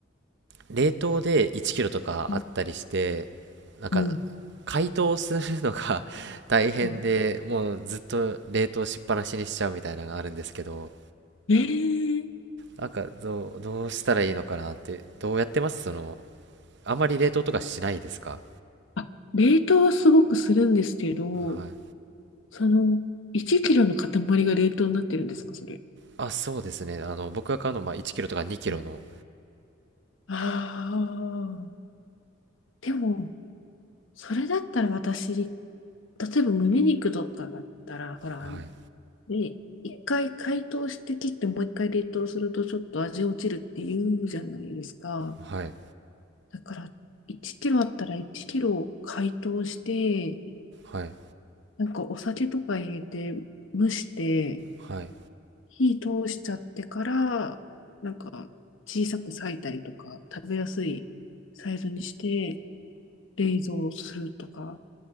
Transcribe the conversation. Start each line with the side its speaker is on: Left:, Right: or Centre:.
Right: 冷凍で1キロとかあったりして、
Left: うん、
Right: なんか
Left: うん、
Right: 解凍するのが <laughs> 大変で、
Left: うん。
Right: もうずっと冷凍しっぱなしにしちゃうみたいなのがあるんですけど、
Left: ええ
Right: なんかどう、どうしたらいいのかなって、どうやってますその、あまり冷凍とかしないですか
Left: あ、冷凍はすごくするんですけど、
Right: はい。
Left: その、1キロの塊が冷凍になってるんですか、それ。
Right: あ、そうですね。あの、僕が買うのはまあ1キロとか2キロの。
Left: えああ。でも、それだったら私、例えば胸肉とかだったら、ほら、
Right: はい。
Left: あの、ね、一回解凍して切ってもう一回冷凍するとちょっと味落ちるって言うじゃないですか。
Right: はい。
Left: だから、1キロあったら1キロ解凍して、
Right: はい。
Left: なんかお酒とか入れて蒸して、
Right: はい。
Left: 火通しちゃってから、なんか小さく裂いたりとか、食べやすいサイズにして冷蔵するとか、